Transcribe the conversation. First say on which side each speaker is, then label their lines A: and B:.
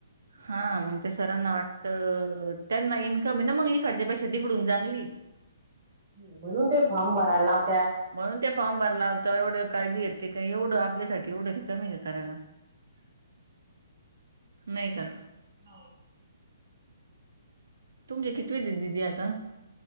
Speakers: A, on the right (about 65°); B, on the right (about 45°).
A: हा मंग त्या सरांना वाटतं, त्यांना इन्कम आहे ना मंग इकडच्यापेक्षा तिकडून चांगली
B: म्हणून ते फॉर्म भरायला लाव
A: म्हणून ते फॉर्म भरनार तेव्हा, एवढ काळजी घेत. ते काय एवढं? आपल्यासाठी एवढं ते कमी का करायला? नाही का?
B: हाऊ.
A: तुमची कितवीत ए दिदी आता.